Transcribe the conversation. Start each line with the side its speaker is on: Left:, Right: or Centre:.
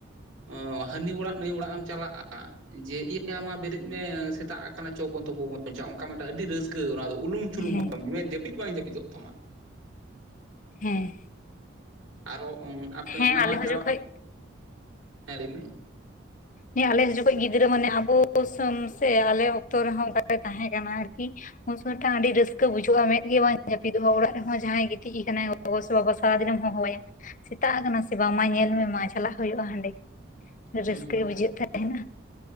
Right: ᱚ ᱦᱟᱹᱱᱤ ᱚᱲᱟᱜ ᱱᱟᱹᱭ ᱚᱲᱟᱜ ᱮᱢ ᱪᱟᱞᱟᱜᱼᱟ ᱡᱮ ᱤᱭᱟᱹ ᱢᱟ ᱵᱮᱨᱮᱫ ᱢᱮ ᱥᱮᱛᱟᱜ ᱠᱟᱱᱟ ᱪᱚ ᱵᱚᱱ ᱛᱳᱯᱳ ᱵᱚᱱ ᱪᱟᱞᱟᱜ ᱟ ᱚᱱᱠᱟ ᱢᱤᱫᱴᱟᱝ ᱟᱹᱰᱤ ᱨᱟᱹᱥᱠᱟᱹ ᱚᱱᱟ ᱫᱚ ᱩᱞᱩᱢ ᱪᱩᱞᱩᱢᱚᱜ
Left: ᱦᱮᱸ
Right: ᱟᱢ ᱢᱮᱫ ᱡᱟᱹᱯᱤᱫ ᱵᱟᱝ ᱡᱟᱹᱯᱤᱫᱚᱜ ᱛᱟᱢᱟ
Left: ᱦᱮᱸ
Right: ᱟᱨᱦᱚ ᱩᱸ ᱟᱯᱮ
Left: ᱦᱮᱸ
Right: ᱱᱟᱣᱟ
Left: ᱟᱞᱮ ᱦᱚᱸ
Right: ᱡᱟᱸᱦᱟ
Left: ᱡᱚᱠᱷᱚᱡ
Right: ᱦᱮᱸ ᱞᱟᱹᱭ ᱢᱮ
Left: ᱦᱮᱸ ᱟᱞᱮ ᱡᱚᱠᱷᱚᱡ ᱜᱤᱫᱽᱨᱟᱹ ᱢᱟᱱᱮ ᱟᱵᱚ <unintelligible> ᱥᱮ ᱟᱞᱮ ᱚᱠᱛᱚ ᱨᱮᱦᱚᱸ ᱚᱱᱠᱟᱜᱮ ᱛᱟᱸᱦᱮ ᱠᱟᱱᱟ ᱟᱨᱠᱤ ᱩᱱ ᱥᱚᱢᱚᱭᱴᱟ ᱟᱹᱰᱤ ᱨᱟᱹᱥᱠᱟᱹ ᱵᱩᱡᱷᱟᱹᱜᱼᱟ ᱢᱮᱫ ᱜᱮ ᱵᱟᱝ ᱡᱟᱹᱯᱤᱫᱚᱜᱼᱟ ᱚᱲᱟᱜ ᱨᱮᱦᱚᱸ ᱡᱟᱸᱦᱟᱭ ᱜᱤᱛᱤᱡ ᱠᱟᱱᱟᱭ ᱚᱵᱚᱥᱳ ᱵᱟᱵᱟ ᱥᱟᱨᱟᱫᱤᱱᱮᱢ ᱦᱚᱦᱚ ᱟᱭᱟ ᱥᱮᱛᱟᱜ ᱠᱟᱱᱟ ᱥᱮ ᱵᱟᱝ ᱢᱟ ᱧᱮᱞ ᱢᱮ ᱢᱟ ᱪᱟᱞᱟᱜ ᱦᱳᱭᱳᱜᱼᱟ ᱦᱟᱸᱰᱮ ᱨᱟᱹᱥᱠᱟᱹ
Right: ᱦᱩᱸ
Left: ᱜᱮ ᱵᱩᱡᱷᱟᱹᱜ ᱛᱟᱦᱮᱱᱟ